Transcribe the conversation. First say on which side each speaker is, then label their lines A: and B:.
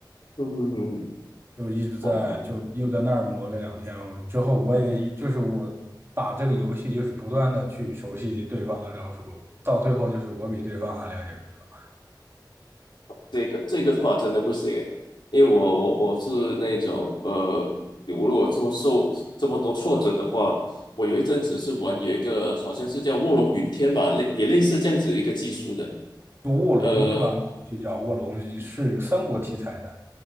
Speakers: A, on the left; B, on the right.
A: 嗯嗯嗯，嗯
B: 就一直在就又在那儿磨了两天。
A: 哇妈，
B: 之后我也就是我打这个游戏，就是不断的去熟悉对方的招数，到最后就是我比对方还了解对方。
A: 这个这个的话真的不行诶，因为我我我是那种呃，我如果说受这么多挫折的话，我有一阵子是玩有一个好像是叫卧龙云天吧，类也类似这样子一个技术的，
B: 就卧龙对吧？
A: 呃，
B: 就叫卧龙，是三国题材的。